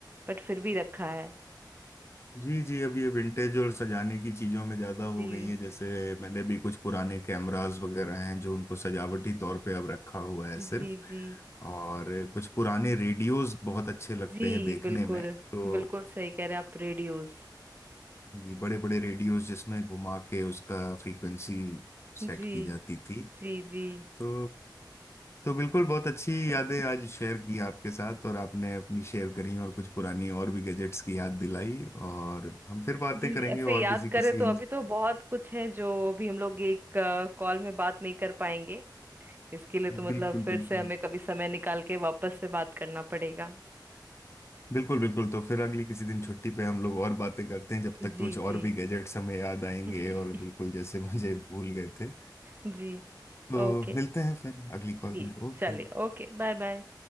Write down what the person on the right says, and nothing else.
बट फिर भी रखा है
जी
जी जी
जी
बिल्कुल
बिल्कुल सही कह रहे हैं आप रेडियोस
जी
जी जी
<laughs>
जी
ऐसे
याद
करें तो अभी तो बहुत कुछ है जो अभी हम लोग एक कॉल में बात नहीं कर पाएंगे इसके लिए तो मतलब
फिर
से हमें कभी समय निकाल के वापस से बात करना पड़ेगा
जी
जी
<laughs>
जी
ओके
जी
चलिए ओके बाय बाय